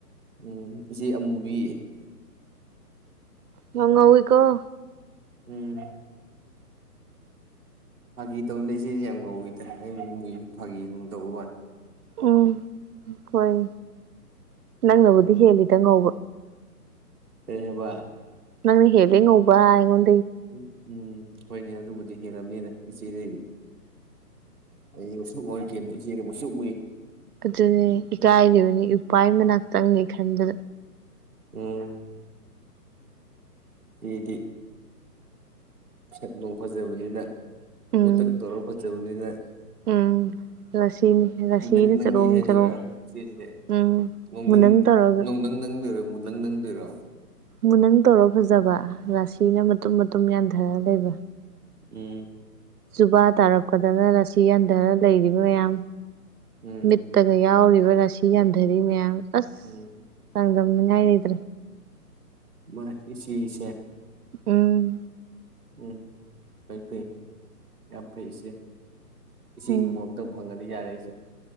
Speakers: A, in the centre; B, on the right (about 65°).
A: ꯎꯝ ꯏꯆꯦ ꯑꯃꯨꯕꯤ꯫
B: ꯌꯥꯝ ꯉꯧꯏꯀꫭ꯫
A: ꯎꯝ ꯐꯥꯒꯤ ꯇꯧꯅꯦ ꯏꯆꯦꯗꯤ ꯌꯥꯝ ꯉꯧꯋꯤ꯫ ꯑꯩ ꯃꯨꯏꯗꯤ ꯐꯥꯒꯤ ꯗꯨꯝ ꯇꯧ ꯋꯥ
B: ꯎꯝ ꯈꫭꯏ
A: ꯎꯝ
B: ꯅꯪ ꯅꯕꯨꯗꯤ ꯍꯦꯜꯂꯤ꯫ ꯈꯤꯇꯪ ꯉꯧꯕ
A: ꯀ ꯍꯥꯏꯕ
B: ꯅꯪꯅꯦ ꯍꯦ ꯉꯕꯉꯣꯟ
A: ꯎ ꯎꯝ ꯍꯣꯏꯅꯦ ꯑꯗꯨꯕꯨꯗꯤ ꯍꯦꯜꯂꯕꯅꯤꯅ ꯏꯆꯦꯗꯗꯤ ꯑꯩ ꯑꯣꯁꯨ ꯑꯣꯏ ꯀꯩꯅꯣ ꯏꯆꯦꯅ ꯑꯃꯨꯁꯨ ꯎꯨꯏ
B: ꯑꯗꯨꯅꯦ ꯏꯀꯥꯏꯔꯤꯕꯅꯤ ꯏꯄꯥ ꯃꯅꯥꯛꯇꯪꯅꯤ ꯈꯟꯗꯅ
A: ꯎꯝ ꯁꯤꯗꯤ ꯆꯠꯂ ꯐꯖꯦꯕꯅꯤꯅ
B: ꯎꯝ
A: ꯃꯨ ꯇ ꯇꯔꯣ ꯐ ꯆ ꯑꯅꯤꯉꯥꯏ
B: ꯎꯝ ꯔꯥꯁꯤꯅꯤ ꯔꯥꯁꯤꯅ
A: ꯃꯨ ꯅꯪ ꯅꯪꯉꯤ
B: ꯆꯔꯣꯡ
A: ꯍꯥꯏꯗꯣꯏꯔꯣ
B: ꯆꯔꯣꯡ
A: ꯏꯆꯦꯁꯦ
B: ꯎꯝ
A: ꯅ ꯅꯪ
B: ꯃꯨꯅꯪ ꯇꯧꯔꯒ
A: ꯅꯣꯡ ꯅꯪ ꯅꯪꯗꯣꯏꯔꯣ ꯃꯨ ꯅꯪ ꯅꯪꯗꯣꯏꯔꯣ
B: ꯃ ꯅꯪ ꯇꯧꯔꯣ ꯐꯖꯕ ꯔꯥꯁꯤꯅ ꯃꯇꯨꯝ ꯃꯇꯨꯝ ꯌꯥꯟꯊꯔ ꯂꯩꯕ
A: ꯎꯝ
B: ꯨꯕꯥ ꯇꯥꯔꯛꯄꯗꯅ ꯂꯁꯤ ꯍꯟꯊꯔ ꯂꯩꯔꯤꯕ ꯃꯌꯥꯝ
A: ꯎꯝ
B: ꯃꯠꯇꯒ ꯌꯥꯎ ꯔꯁꯤ ꯀꯗꯗꯤ ꯃꯌꯥꯝ ꯑꯁ
A: ꯎꯝ
B: ꯆꯥꯡꯗ ꯎ ꯅꯅꯦꯗ꯭ꯔꯦ
A: ꯃꯥꯁꯤꯁꯦ
B: ꯎꯝ
A: ꯎꯝ ꯐꯩ ꯐꯩ ꯌꯥꯝ ꯐꯩꯁꯦ ꯏꯆꯒꯨꯝꯕ
B: ꯎꯝ
A: ꯑꯝꯇꯪ ꯐꯪꯒꯅꯤ ꯌꯥꯗꯏꯁꯨ